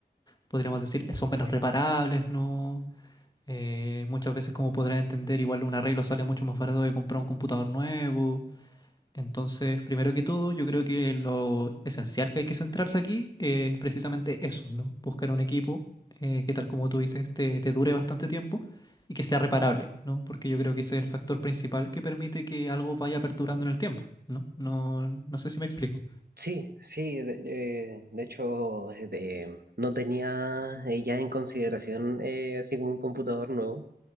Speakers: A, on the left; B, on the right.
A: podríamos decir, son menos reparables, ¿no? Eh, muchas veces, como podrás entender, igual un arreglo sale mucho más barato que comprar un computador nuevo. Entonces, primero que todo, yo creo que lo esencial que hay que centrarse aquí es precisamente eso, ¿no? Buscar un equipo eh, que, tal como tú dices, te, te dure bastante tiempo y que sea reparable, ¿no? Porque yo creo que ese es el factor principal que permite que algo vaya perdurando en el tiempo, ¿no? No, no sé si me explico.
B: Sí, sí, de, eh, de hecho, eh, de- no tenía eh, ya en consideración eh, así como un computador nuevo,